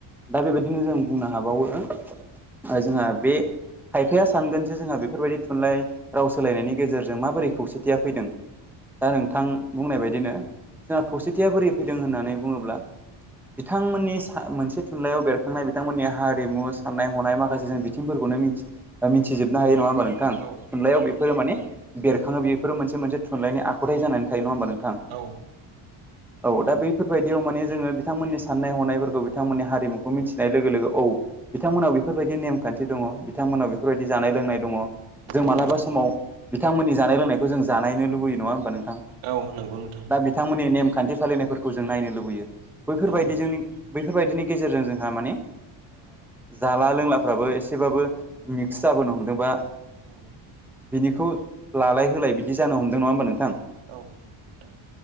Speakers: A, in the centre; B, on the right (about 85°).
A: दा बेबायदिनो जों बुंनो हाबावो ओ जोंहा बे खायफाया सानगोन जे जोंहा बेफोरबायदि थुनलाइ राव सोलायनायनि गेजेरजों माबोरै खौसेथिया फैदों दा नोंथां बुंनाय बायदिनो जोंहा खौसेथिया बोरै फैदों होननानै बुङोब्ला बिथांमोननि मोनसे थुनलाइयाव बेरखांनाय बिथांमोननि हारिमु साननाय हनाय माखासे जों बिथिंफोरखौ मिथिजोबनो हायो नङा होनब नोंथां
B: औ
A: थुनलाइयाव बेफोरो माने बेरखाङो बेफोरो मोनसे मोनसे थुनलाइनि आखुथाय जानानैायो नङा होमबा नोंथां
B: औ
A: औ दा बैफोरबायदियाव माने जोङो बिथांमोननि साननाय हनायफोरखौ बिथांमोननि हारिमुखौ मिथिनाय लोगो लोगो औ बिथांमोनाव बेफोरबायदि नेमखान्थि दङ बिथांमोनाव बेफोरबायदि
B: औ
A: जानाय लोंनाय दङ
B: औ
A: जों मालाबा समाव बिथांमोननि जानाय लोंनायखौ जों जानायनो लुबैयो लुबैयो नङा होमबा नोंथां
B: औ नंगौ नोंथां
A: दा बिथांमोननि नेमखान्थि फालिनायफोरखौ जों नायनो लुबैयो बैफोरबायदि
B: औ
A: जोंनि बैफोरबायदिनि गेजेरजों जोंहा माने जाला लोंलाफ्राबो एसेबाबो मिक्स जाबोनो हमदोंबा
B: औ
A: बिनिखौ लालाय होलाय बिदि जानो हमदों नङा होमबा नोंथां
B: औ नांगौ नोंथां।